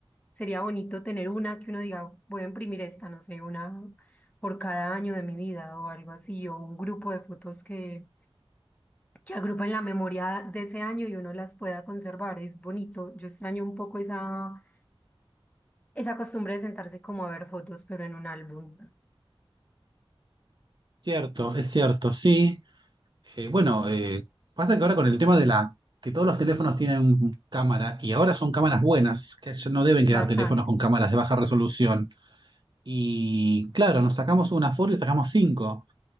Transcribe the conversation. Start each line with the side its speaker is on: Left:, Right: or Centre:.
Left: Sería bonito tener una que uno diga, voy a imprimir esta, no sé, una por cada año de mi vida o algo así, o un grupo de fotos que, que agrupen la memoria de ese año y uno las pueda conservar. Es bonito. Yo extraño un poco esa, esa costumbre de sentarse como a ver fotos, pero en un álbum.
Right: Cierto, es cierto, sí. Eh, bueno, eh, pasa que ahora con el tema de las, que todos los teléfonos tienen cámara y ahora son cámaras buenas, que ya no deben
Left: Bastante.
Right: quedar teléfonos con cámaras de baja resolución. Y claro, nos sacamos una foto y sacamos cinco,